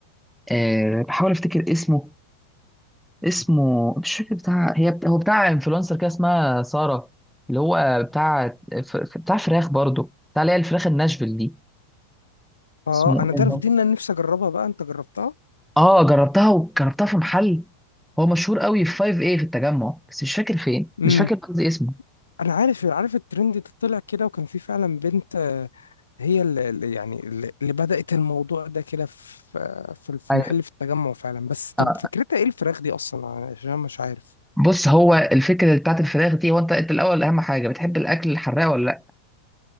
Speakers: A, in the centre; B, on the left.
A: آه بحاول افتكر اسمه اسمه مش فاكر بتاع هي بتاع هو بتاع انفلونسر كده اسمها ساره اللي هو بتاع ف- ف- بتاع فراخ برضه بتاع اللي هي الفراخ الناشفيل دي
B: اه
A: اسمه
B: انا تعرف
A: ايه
B: دي إن انا نفسي اجربها بقى انت جربتها
A: اه جربتها وجربتها في محل هو مشهور قوي في 5 ايه في التجمع بس مش فاكر فين
B: امم
A: مش فاكر قصدي اسمه
B: انا عارف عارف الترند ده طلع كده وكان في فعلا بنت آه، هي اللي اللي- يعني اللي اللي بدأت الموضوع ده كده في آه، في في
A: ايوه
B: محل في التجمع فعلا بس طب
A: آه.
B: فكرتها ايه الفراخ دي اصلا عشان أنا مش عارف
A: بص هو الفكره بتاعت الفراخ دي هو انت انت الاول اهم حاجه بتحب الاكل الحراق ولا لا